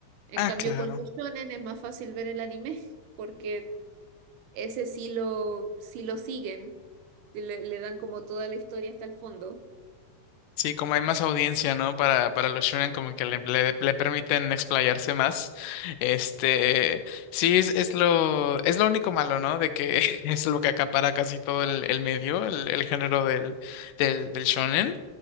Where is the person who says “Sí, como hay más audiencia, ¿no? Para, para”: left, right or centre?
Left